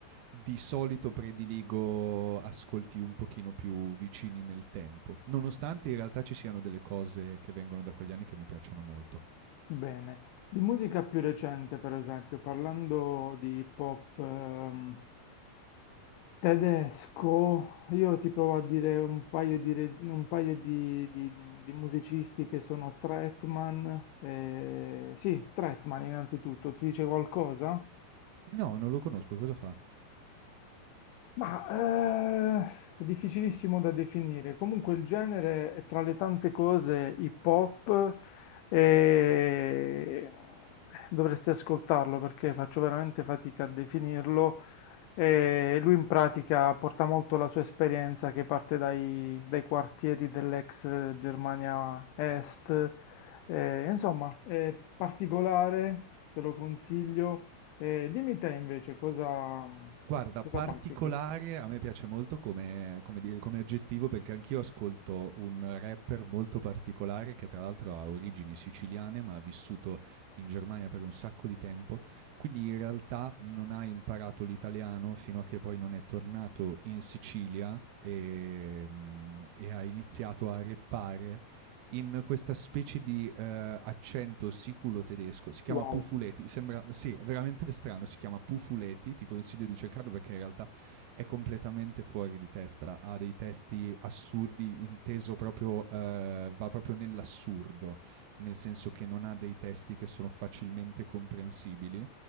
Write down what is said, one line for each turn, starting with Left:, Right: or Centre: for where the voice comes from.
Right: di solito prediligo ascolti un pochino più vicini nel tempo, nonostante in realtà ci siano delle cose che vengono da quegli anni che mi piacciono molto.
Left: Bene, di musica più recente, per esempio, parlando di pop ehm, tedesco, io ti provo a dire un paio di, re- un paio di- di- di musicisti che sono Trettmann, eh, sì, Trettmann innanzitutto, ti dice qualcosa?
Right: No, non lo conosco, cosa fa?
Left: Ma eh, è difficilissimo da definire. Comunque il genere è tra le tante cose hip hop e dovresti ascoltarlo perché faccio veramente fatica a definirlo. E lui in pratica porta molto la sua esperienza che parte dai, dai quartieri dell'ex Germania Est. Eh, insomma, è particolare, te lo consiglio. Eh, dimmi te invece cosa,
Right: Guarda,
Left: cosa
Right: particolare
Left: bazzichi.
Right: a me piace molto come come dire, come aggettivo, perché anch'io ascolto un rapper molto particolare, che tra l'altro ha origini siciliane, ma ha vissuto in Germania per un sacco di tempo, quindi in realtà non ha imparato l'italiano fino a che poi non è tornato in Sicilia, ehm, e ha iniziato a rappare in questa specie di eh, accento siculo tedesco. Si chiama
Left: Wow,
Right: Pufuleti. Sembra, sì, è veramente strano. Si chiama Pufuleti. Ti consiglio di cercarlo perché in realtà è completamente fuori di testa. Ha dei testi assurdi, inteso proprio, eh, va proprio nell'assurdo, nel senso che non ha dei testi che sono facilmente comprensibili.